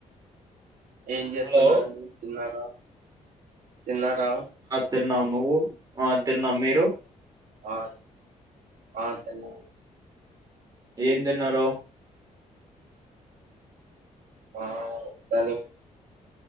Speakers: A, on the right; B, on the right.
A: ఏం చేస్తున్నారండి
B: హలో
A: తిన్నార తిన్నారా
B: తిన్నము నువ్వు ఆ తిన్నము మీరు
A: ఆ ఆ తిన
B: ఏం తిన్నారు
A: ఆ దని